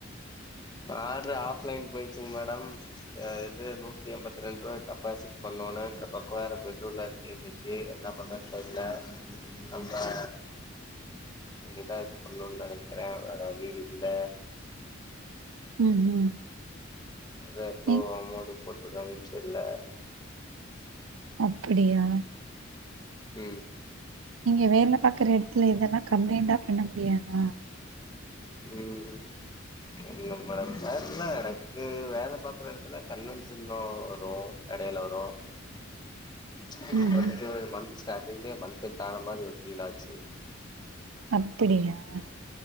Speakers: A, on the left (about 20°); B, on the right (about 80°).
A: ஆர்டரு ஆஃப்லைன் போயிச்சுங் மேடம் ம் இது நூத்தி எம்பத் ரெண்டு ரூவா டெபாசிட் பண்ணோன இந்த பக்கோ வேற பெட்ரோல்லா தீந்துச்சு என்ன பண்றதுனு தெர்ல நம்ம இனி தான் இது பண்ணுனு நினைக்கிறே வேற வழி இல்ல
B: ம் ம்
A: இது எப்போ
B: நீ
A: அமௌன்ட்டு போட்டுறாங்கன்னு சர்ல
B: அப்படியா
A: ஹம்
B: நீங்க வேல பாக்ற இடத்துல இதெல்லாம் கம்ப்ளைண்டா பண்ண முடியாதா
A: உம் என்னங் மேடம் வேல்ல எனக்கு ம் வேலை பாாரக்குற இடத்துல கன்வென்ஷன் வரும் இடையில வரும் <unintelligible>
B: ம் ம்
A: மந்த்த் ரண்டு ஆன மாரி ஒரு ப்பீழாச்சு
B: அப்ப்டோஓஓஓஓஓஓ